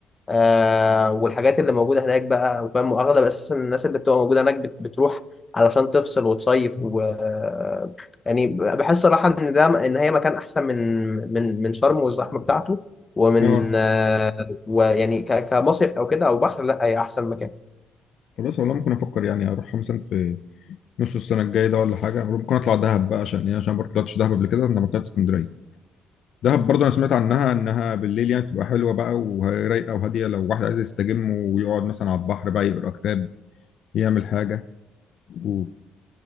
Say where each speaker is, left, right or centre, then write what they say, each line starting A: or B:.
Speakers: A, on the left; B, on the left.
A: آه والحاجات اللي موجودة هناك بقى وفاهم وأغلب أساسا الناس اللي بتبقى موجودة هناك بت- بتروح علشان تفصل وتصيف و آه، يعني بحس صراحة إن ده إن هي مكان أحسن من من من شرم والزحمة بتاعته ومن
B: اه
A: آه ويعني ك- كمصيف أو كده أو بحر لا هي أحسن مكان
B: خلاص والله ممكن افكر يعني اروح مثلا في نص السنه الجايه ده ولا حاجه ممكن اطلع دهب بقى عشان ايه عشان برضه طلعتش دهب قبل كده انا ما طلعت اسكندريه دهب برضه انا سمعت عنها انها بالليل يعني بتبقى حلوه بقى ورايقه وهاديه لو واحد عايز يستجم ويقعد مثلا على البحر بقى يقرا كتاب يعمل حاجه و...